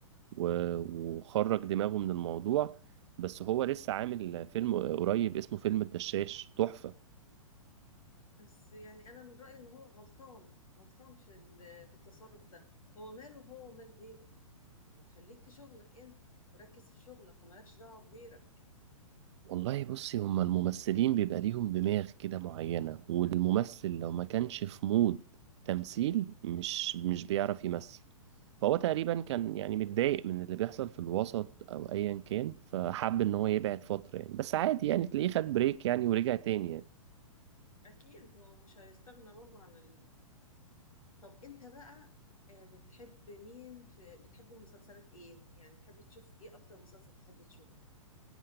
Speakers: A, on the right (about 55°); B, on the left (about 75°).
A: و- وخرج دماغه من الموضوع بس هو لسه عامل فيلم قريب اسمه فيلم الدشاش تحفة
B: بس يعني انا من رأيي ان هو غلطان غلطان في ال- في التصرف ده هو ماله هو ومال غيره ما خليك في شغلك انت وركز في شغلك ومالكش دعوة بغيرك
A: والله بصي هما الممثلين بيبقى ليهم دماغ كده معينة والممثل لو ما كانش في مود تمثيل مش مش بيعرف يمثل فهو تقريبا كان
B: مم.
A: يعني متضايق من اللي بيحصل في الوسط او ايا كان فحب ان هو يبعد فترة يعني بس عادي يعني تلاقيه خد بريك يعني ورجع تاني يعني
B: اكيد هو مش هيستغنى برضه عن طب انت بقى آه، بتحب مين في بتحب مسلسلات ايه يعني تحب تشوف ايه اكتر مسلسل تحب تشوفه